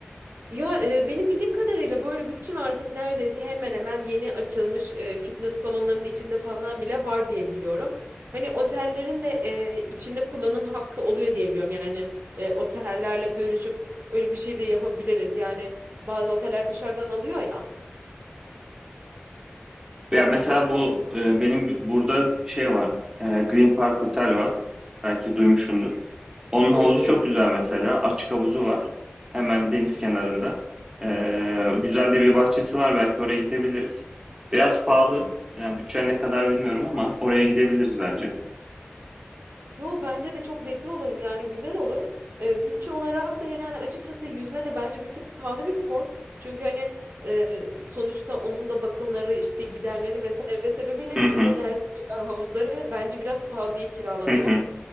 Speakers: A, on the right (about 60°); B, on the right (about 15°).
A: Ya e, benim bildiğim kadarıyla böyle bütün artık neredeyse hemen hemen yeni açılmış e, fitness salonlarının içinde falan bile var diye biliyorum. Hani otellerin de e, içinde kullanım hakkı oluyor diye biliyorum. Yani e, otellerle görüşüp öyle bir şey de yapabiliriz. Yani bazı oteller dışarıdan alıyor ya.
B: Ya mesela bu e, benim burada bir şey var. E, Green Park Hotel var. Belki duymuşsundur. Onun havuzu
A: Evet
B: çok
A: evet.
B: güzel mesela. Açık havuzu var. Hemen deniz
A: <laughs>
B: kenarında. E, güzel de bir bahçesi var. Belki oraya gidebiliriz. Biraz pahalı. Yani bütçen ne kadar bilmiyorum ama oraya gidebiliriz bence.
A: Yo bence de çok zevkli olur yani güzel olur. Ee, bütçe olarak da yani açıkçası yüzme de bence bir tık pahalı bir spor. Çünkü hani e, sonuçta onun da bakımları işte giderleri vesaire sebebiyle yüzme
B: Hı hı.
A: dersleri havuzları bence biraz pahalıya kiralanıyor.
B: Hı hı.